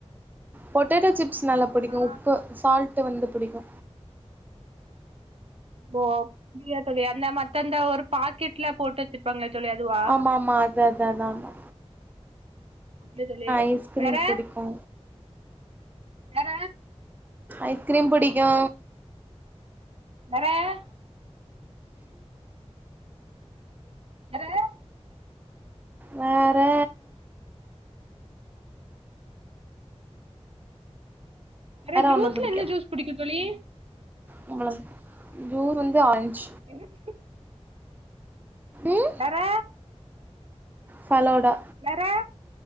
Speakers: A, on the right (about 15°); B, on the right (about 60°).
A: பொட்டேட்டோ சிப்ஸ் நல்லா புடிக்கு
B: ஆ
A: உப்பு சால்ட்டு வந்து புடிக்கு
B: போ <unintelligible> மத்தந்த ஒரு பாக்கெட்ல போட்டு வெச்சுப் பாங்கலே தோழி அதுவா
A: ஆமா ஆமா அதா அதா அதாந்தா
B: அப்டியா தோழி
A: ஐஸ்கிரீம்
B: வேற
A: புடிக்கு
B: வேற
A: ஐஸ்கிரீம் புடிக்கு
B: வேற வேற
A: வேற
B: வேற ஜூஸ்ல
A: ஒன்னு புடிக்காது
B: என்ன ஜூஸ் புடிக்கு தோழி
A: <unintelligible> ஜூஸ் வந்து ஆரஞ்ச்
B: <inaudible>
A: ம்
B: வேற
A: ஃபலோடா
B: வேற